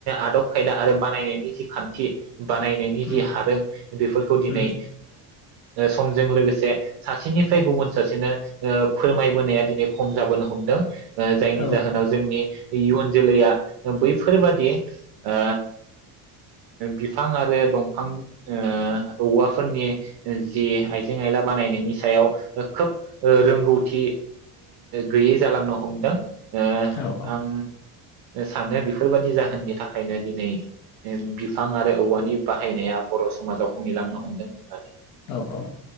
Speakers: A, on the right; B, on the left.
A: आदब खायदा आरो बानायनायनि जि खान्थि बानायनाय
B: उम
A: जि हादों बेफोरखौ दिनै
B: उम
A: समजों लोगोसे सासेनिफ्राय गुबुन सासेनो ओ फोरमायबोनाया दिनै खम जाबोनो हमदों ओ जायनि
B: औ
A: जाहोनाव जोंनि इयुन जोलैया बैफोरबादि ओ बिफां आरो दंफां बिफां ओ औवाफोरनि जि आइजें आयला बानायनायनि सायाव खोब रोंगौथि गैयै जालांनो हमदों ओ
B: औ औ
A: आं साननाया बेफोरबायदि जाहोननि थाखायनो दिनै बिफां आरो औवानि बाह बाहायनाया बर' समाजाव खमिलांनो हमदों होननानै
B: औ औ